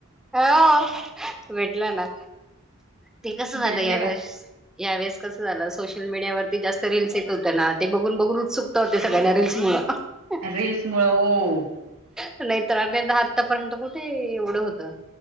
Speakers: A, in the centre; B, on the right.
A: हो <inaudible> भेटलं ना ते कस झालं
B: भेटले
A: यावेळेस
B: का
A: -यावेेळेस कस झालं सोशल मीडियावर जास्त रीलल्स येत होत ना ते बघून बघून उत्सुकता हो ते सगळ्यांना रील्स मुळे
B: रील्स मुळ हो
A: <inaudible> नाही तर आनंद आत्तापर्यंत कुठे एवढं होतं